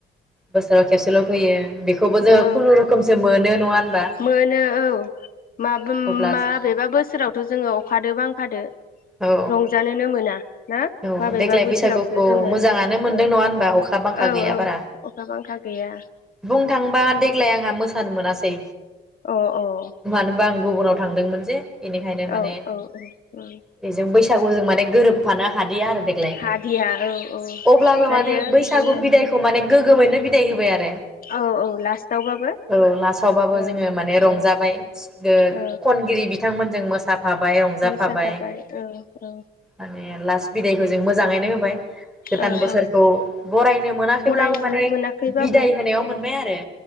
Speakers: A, in the centre; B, on the left.
A: बोसोराव खेबसेल' फैयो बेखौबो जोङो
B: औ
A: खुनुरुखुमसो मोनो नङा होन
B: मोनो औ माब
A: अब्ला
B: माबेबा बोसोरावथ' जोङो अखादो बांखादो
A: औ
B: रंजानोनो मोना। ना
A: औ
B: माबेबा
A: देग्लाय
B: बोसोरावसो
A: बैसागुखौ
B: जोङो
A: मोजाङानो मोनदों
B: ओ
A: नङा होनबा अखा बांखा
B: औ
A: गैया
B: औ
A: बारा
B: अखा बांखा गैया
A: बुंनो थांबा देग्लाय आंहा मो सानो मोनासै
B: अ ओ
A: मानोबा आं गुबुनाव थांदोंमोन जे बेनिखायनो माने
B: औ औ उम
A: बेजों बैसागुजों माने गोरोबफाना हादिया आरो देग्लाय
B: हादिया औ औ
A: अब्लाबो
B: जायो
A: माने बैसागु
B: बिदिनो
A: बिदाइखौ माने गोगोमैनो बिदाइ होबाय आरो
B: औ औ लास्टावबाबो
A: औ लासावबाबो
B: ओ
A: जोंङो माने रंजानाय
B: ओ
A: ओ
B: औ
A: खनगिरि बिथां मोनजों मोसा फाबाय रंजाफाबाय
B: मोसाखाबाय औ औ
A: माने ए लास्ट बिदैखौ जों मोजाङैनो होबाय गोदान
B: औ
A: बोसोरखौ
B: औ
A: बरायनो मोनाखैब्लाबो
B: बरायनो
A: माने
B: मोनाखैबाबो
A: बिदाय होनायाव मोनबाय
B: उम
A: आरो